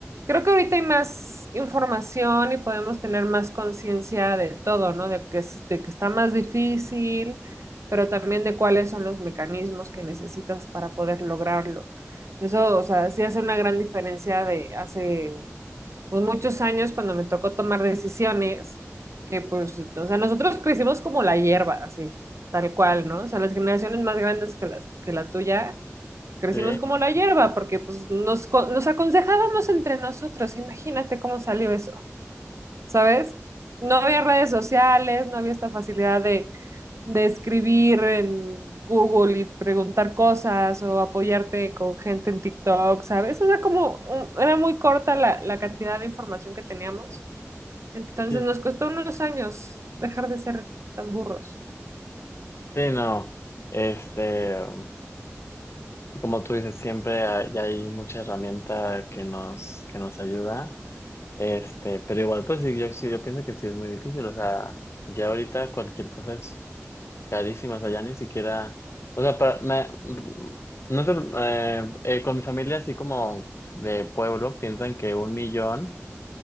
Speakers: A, on the right (about 75°); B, on the left (about 60°).
A: creo que ahorita hay más información y podemos tener más conciencia de todo, ¿no? De que, es- de que está más difícil, pero también de cuáles son los mecanismos que necesitas para poder lograrlo. Eso, o sea, sí hace una gran diferencia de hace pues, muchos años cuando me tocó tomar decisiones, que pues, o sea, nosotros crecimos como la hierba, así tal cual, ¿no? O sea, las generaciones más grandes que las, que la tuya, crecimos
B: Sí,
A: como la hierba, porque pues nos, co- nos aconsejábamos entre nosotros, imagínate cómo salió eso, ¿sabes? No había redes sociales, no había esta facilidad de, de escribir en Google y preguntar cosas o apoyarte con gente en TikTok, ¿sabes? O sea, como mm, era muy corta la, la cantidad de información que teníamos, entonces
B: sí,
A: nos costó unos años dejar de ser tan burros.
B: sí, no. Este, um, como tú dices, siempre hay, hay mucha herramienta que nos, que nos ayuda. Este, pero igual, pues sí, yo sí, yo pienso que sí es muy difícil. O sea, ya ahorita cualquier cosa es Carísimas, allá ni siquiera, o sea, para, me- no te- eh, eh, con mi familia así como de pueblo piensan que un millón